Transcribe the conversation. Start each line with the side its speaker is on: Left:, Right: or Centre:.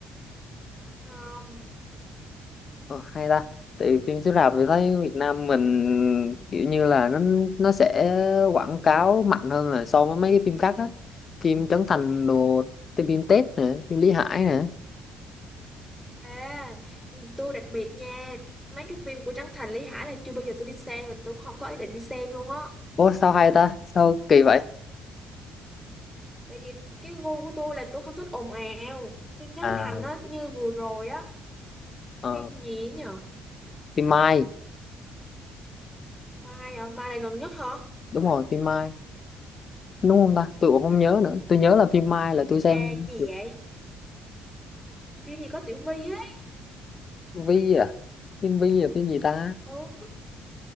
Centre: không
Left: ờ, hay ta tại vì phim chiếu rạp thì thấy Việt Nam mình kiểu như là nó nó sẽ quảng cáo mạnh hơn là so với mấy cái phim khác á phim Trấn Thành đồ phim Tết nè phim Lý Hải nè
Centre: à tôi đặc biệt nha mấy cái phim của Trấn Thành Lý Hải là chưa bao giờ tôi đi xem và tôi không có ý định đi xem luôn á
Left: Ủa sao hay ta sao kỳ vậy
Centre: tại vì cái gu của tôi là tôi không thích ồn ào phim Trấn
Left: à
Centre: Thành á như vừa rồi á
Left: Ờ,
Centre: phim gì ấy nhở
Left: phim Mai
Centre: Mai à, Mai là gần nhất hả
Left: đúng rồi phim Mai đúng không ta tôi cũng không nhớ nữa tôi nhớ là phim Mai là tôi xem
Centre: à, gì
Left: được
Centre: vậy phim gì có Tiểu Vy ấy
Left: Vi à phim Vi là phim gì ta
Centre: ừ